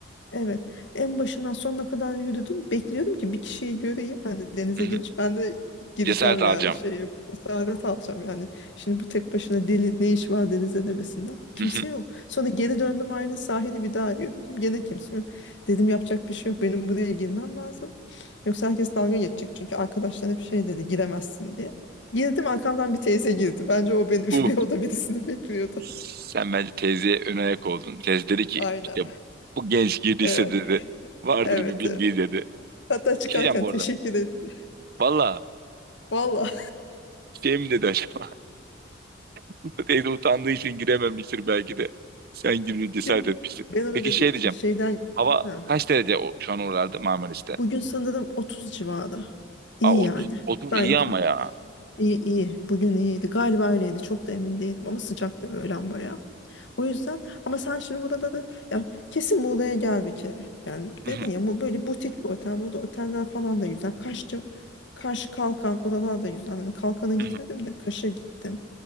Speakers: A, on the left; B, on the right.
A: evet en başından sonuna kadar yürüdüm. Bekliyordum ki bir kişiyi göreyim hani denize
B: Hı hı.
A: girmiş ben de gireceğim
B: Cesaret alacağım.
A: yani şey yapıp cesaret alacağım yani. Şimdi bu tek başına deli ne iş var denize demesinden. Kimse
B: Hı hı.
A: yok. Sonra geri döndüm aynı sahili bir daha yürüdüm. Gene kimse yok. Dedim yapacak bir şey yok benim buraya girmem lazım. Yoksa herkes dalga geçecek çünkü arkadaşlar hep şey dedi giremezsin diye. Girdim arkamdan bir teyze girdi. Bence o beni <laughs> bir
B: Bu.
A: oda birisini bekliyordu.
B: Sen bence teyzeye ön ayak oldun. Teyze dedi ki
A: Aynen.
B: işte bu genç girdiyse
A: Evet,
B: dedi. Vardır
A: evet,
B: bir bildiği
A: evet.
B: dedi. Bir
A: Hatta çıkarken
B: şey diyeceğim bu
A: teşekkür
B: arada.
A: etti.
B: Valla
A: Valla.
B: şey mi dedi acaba? <laughs> Teyze utandığı için girememiştir belki de. Sen girmeye cesaret
A: <laughs>
B: etmişsin.
A: Ben ona
B: Peki
A: dedim
B: şey
A: ki
B: diyeceğim.
A: şeyden
B: Hava
A: ha,
B: kaç derece o- şu an oralarda Marmaris'te?
A: bugün sanırım 30 civarı. İyi
B: Aa, 30,
A: yani.
B: 30
A: Gayet
B: iyi ama
A: iyi
B: ya.
A: iyi. iyi. Bugün iyiydi. Galiba öyleydi. Çok da emin değilim ama sıcaktı öğlen bayağı. O yüzden ama sen şimdi burada da ya kesin Muğla'ya gel bir kere. Yani
B: <laughs> Hı
A: dedin
B: hı
A: ya bu böyle butik bir otel. Burada oteller falan da güzel. Kaşçı, Kaş Kalkan oralar da güzel. Yani Kalkan'a gitmedim
B: hı. hı,
A: de Kaş'a gittim.